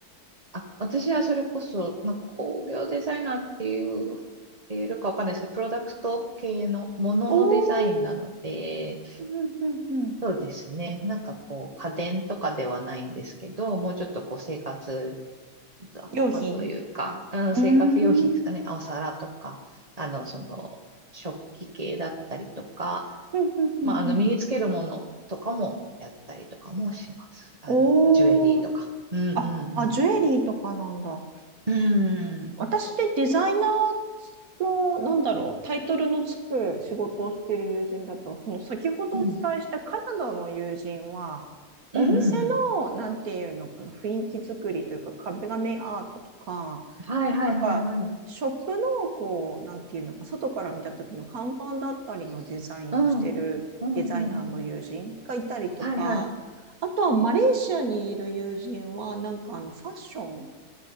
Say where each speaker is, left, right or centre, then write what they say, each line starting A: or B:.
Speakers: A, on the right; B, on the right.
A: あ、私はそれこそ、まあ、工業デザイナーっていう、っていうかわかんないですけど、プロダクト系のもののデザインなので、
B: おー。うんうんうん。
A: ですね。なんかこう、家電とかではないんですけど、もうちょっとこう、生活雑貨というか、
B: 用品。
A: うん、
B: うーん。
A: 生活用品ですかね。
B: うん
A: お皿とか、あの、その、食器系だったりとか、
B: うんうんうん。
A: まあ、あの、身につけるものとかもやったりとかもします。あの、
B: おー。
A: ジュエリーとか。うん
B: あ、あ、ジュエリーとかなんだ。
A: うんうん。うん
B: 私でデザイナーの、なんだろう、タイトルのつく仕事をしている友人だと、その先ほどお伝えしたカナダの友人は、
A: うん。
B: お店の、
A: うんうんう
B: なんていうのかな、雰囲気作りというか、壁紙アートとか、
A: ん。はいはいはいはい。
B: なんか、ショップの、こう、なんていうのか、外から見た時の看板だったりのデザインをしてるデザイナーの友人がいたりとか、
A: うん。うんうんうん。はいはい。
B: あとはマレーシアにいる友人は、なんかあのファッション